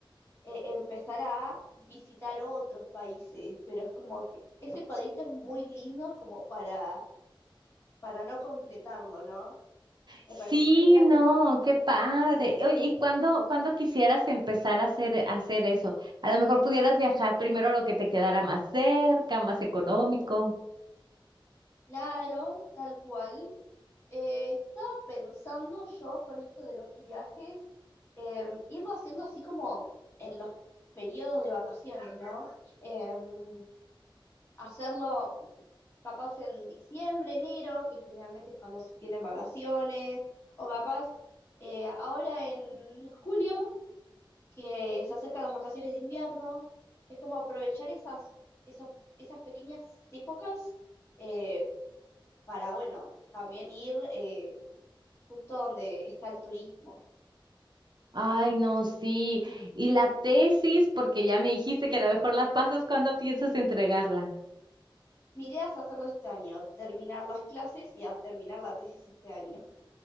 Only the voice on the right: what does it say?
Sí,
no,
qué padre. Oye, ¿y cuándo, cuándo quisieras empezar a hacer, a hacer eso? A lo mejor pudieras viajar primero a lo que te quedara más cerca, más económico.
Ay, no, sí. Y la tesis, porque ya me dijiste que a lo mejor la pasas cuando piensas entregarla.